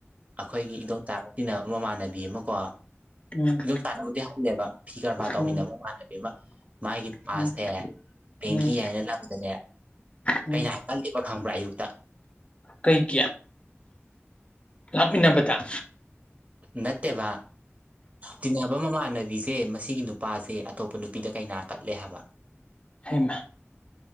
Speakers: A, on the right; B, on the left.
A: ꯑꯈꯣꯏꯒꯤ ꯏꯗꯣꯝ ꯆꯥꯒ ꯇꯤꯟꯅꯕ ꯃꯃꯥꯟꯅꯕꯤ ꯑꯃ ꯀꯣ
B: ꯎꯝ
A: ꯑꯗꯨꯝ ꯆꯥꯅꯕꯨꯗꯤ ꯍꯜꯂꯦꯕ ꯐꯤ ꯀꯔꯕꯥꯔ ꯇꯧꯃꯤꯟꯅꯕ
B: ꯎꯝ
A: ꯏꯃꯥꯟꯅꯕꯤ ꯑꯃ ꯃꯥꯒꯤꯄꯥꯥꯁꯁꯦ
B: ꯎꯝ
A: ꯄꯦꯡꯒꯤ
B: ꯎꯝ
A: ꯍꯥꯏꯅ ꯂꯝꯗꯅꯦ
B: ꯎꯝ
A: ꯀꯩꯅ ꯍꯥꯏ ꯀꯜꯂꯤꯕ ꯈꯪꯕ꯭ꯔꯥ ꯑꯌꯨꯛꯇ
B: ꯀꯩꯒꯤ ꯂꯥꯛꯃꯤꯟꯅꯕꯗ
A: ꯅꯠꯇꯦꯕ ꯇꯤꯟꯅꯕ ꯃꯃꯥꯟꯅꯕꯤꯁꯦ ꯃꯁꯤꯒꯤ ꯅꯨꯄꯥꯁꯦ ꯑꯇꯣꯞꯄ ꯅꯨꯄꯤꯗ ꯀꯩꯅꯥ ꯀꯠꯂꯦ ꯍꯥꯏꯕ
B: ꯍꯩꯃꯥ